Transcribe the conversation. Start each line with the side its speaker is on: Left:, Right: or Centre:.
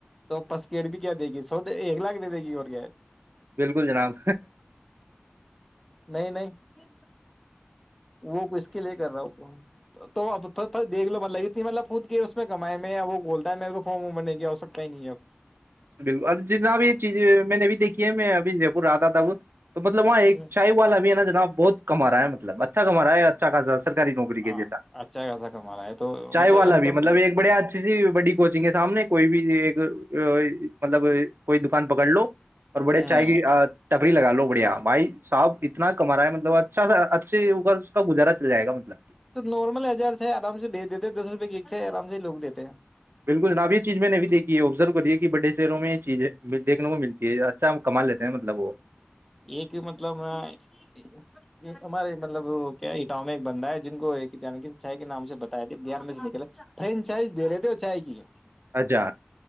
Centre: تو پسکیٹ بھی کیا دے گی سو ایک لاک کے دے دے گی اور کیا
Right: بالکل جناب
Centre: نہیں نہیں وہ ک اس کے لیے کر رہا ہووں کو تو اب تھو دیکھ لو م لگی تھی مطلب کوود کے اس میں کمائے میں وہ بولتا ہے میرے کو فارم بننے گ ہو سکتا ہی نہیں ہے اب
Right: بالکل جناب یہ چیز میں نے اب دیکھی ہے میں اب جے پور آ رہتا تھا وہ تو مطلب وہاں
Centre: اب
Right: ایک چائے والا بھی ہے نا بہت کما ہے مطلب اچھاما ہے اچھاصا سرکاری نوکری کے
Centre: ہاں
Right: جیسا
Centre: اچھا خاصا کما رہا ہے تو
Right: چائے
Centre: مطلب
Right: والا
Centre: انکم
Right: بھی مطلب ایک بڑے اچھی سی بڑی کوچنگ ہے سامنے کوئی بھی ایک مطلب کوئی دکان پکڑ لو اور بڑے
Centre: ہوں
Right: چائے کی لگا لو بڑھیا بھائی صاب اتنا کما ہے مطلب اچھا اچھے ہوگا اس کا گزارا چل جائے گا مطلب
Centre: تو نارمل ہزار ہے آرام سے دے دیتے دس روپئے کے ے آرام سے لوگ دیتے ہیں
Right: بالکل جناب یہ چیز میں نہیں دیکھی ہے آبزرو کری ہے کہ بڑے شہروں میں یہ چیزیں دیکھنے کو ملتی ہے اچھا ہم کما لیتے ہیں مطلب وہ
Centre: ایک مطلب ایک ہمارے مطلب کیا اٹان میں ایک بندہ ہے جن کو ایک جان چائے کے نام سے بتایا تھے بہار میں سے فرین چائے دے رہے تھے چائے کی
Right: اھا